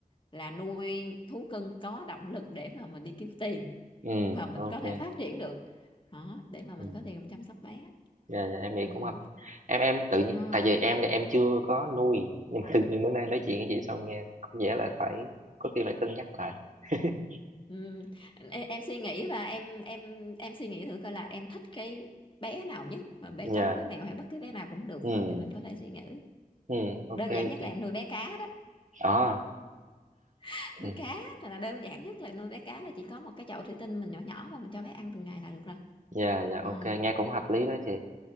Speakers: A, on the left (about 35°); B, on the right (about 55°).
A: là nuôi thú cưng có động lực để mà mình đi kiếm tiền
B: ừ
A: và mình
B: ok
A: có thể phát triển được đó để mà
B: ừ
A: mình có tiền mình chăm sóc bé
B: dạ dạ em nghĩ
A: ừ.
B: cũng hợp em em tự nhiên
A: Ừ.
B: tại vì em thì em chưa có nuôi nhưng mà tự nhiên bữa nay nói chuyện với chị xong nghe có vẻ là phải có khi phải cân nhắc lại <laughs>
A: Ừ. Em, em suy nghĩ và em em em suy nghĩ thử coi là em thích cái bé nào nhất mà bé
B: dạ
A: chó bé mèo hay bất cứ bé nào cũng được
B: ừ
A: hết thì mình có thể suy nghĩ
B: ừ ok
A: đơn giản nhất
B: chị
A: là em nuôi bé cá đó
B: ờ
A: <laughs>
B: ừ.
A: nuôi cá thì là đơn giản nhất là nuôi bé cá là chỉ có một cái chậu thủy tinh mình nhỏ nhỏ và mình cho bé ăn từng ngày là được rồi
B: dạ dạ
A: ờ
B: ok nghe cũng hợp lý đó chị